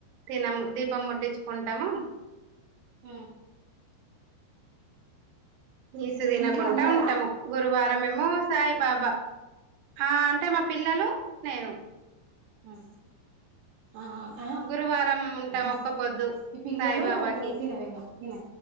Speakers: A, on the right; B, on the right.
A: తినము దీపం ముట్టిచ్చుకుంటాము
B: ఊ
A: నీసు తినకుంటా
B: ఇంట్లో అందరా
A: ఉంటము గురు వారం ఏమో సాయి బాబా ఆ అంటే మా పిల్లలు నేను
B: ఊ ఆ ఆ
A: గురువారం ఉంటాం
B: ఆ
A: ఒక్క పొద్దు
B: ఈ పిల్లలు
A: సాయిబాబాకి
B: నువ్వు తినవేమా తిన